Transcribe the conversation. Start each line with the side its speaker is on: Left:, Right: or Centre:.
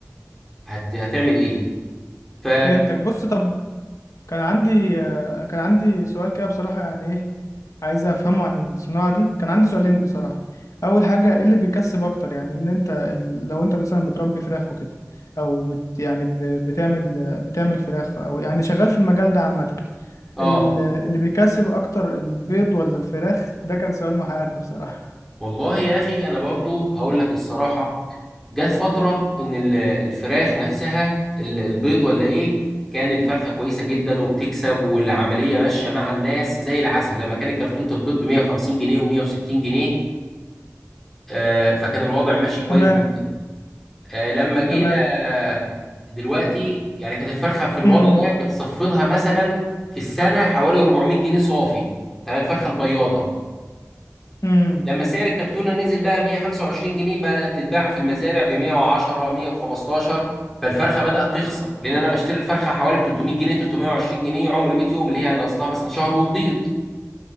Centre: هت... هتعمل ايه ف
Left: فهمتك بص طب كان عندي آه، كان عندي سؤال كده بصراحة يعني ايه عايز افهمه عن الصناعة دي كان عندي سؤالين بصراحة اول حاجة ايه اللي بيكسب اكتر يعني ان انت ال- لو انت مثلا بتربي فراخ وكده او بت يعني ب- بتعمل آه، بتعمل فراخ او يعني شغال في المجال ده عامة
Centre: اه
Left: ال- اللي بيكسب اكتر البيض ولا الفراخ ده كان سؤال محيرني بصراحة
Centre: والله يا اخي انا برضو هقول لك الصراحه جت فتره ان ال- الفراخ نفسها ال- البيض ولا ايه كان الفرخه كويسه جدا وبتكسب والعمليه ماشيه مع الناس زي العسل لما كانت كرتونه البيض ب 150 جنيه و160 جنيه آه، فكان الوضع ماشي كويس
Left: تمام
Centre: جدا آه، لما جينا
Left: تمام
Centre: آه، دلوقتي يعني كانت الفرخه في الوضع
Left: امم امم
Centre: ده بتصفلها مثلا في السنه حوالي 400 جنيه صافي تمام الفرخه البياضه
Left: إمم.
Centre: لما سعر الكرتونة نزل بقى 125 جنيه بدأت تتباع في المزارع ب 110 115 فالفرخة بدأت تخسر لأن أنا بشتري الفرخة حوالي ب 300 جنيه 320 جنيه عمر 100 يوم اللي هي أنا أصلها مثلا شهر وبيض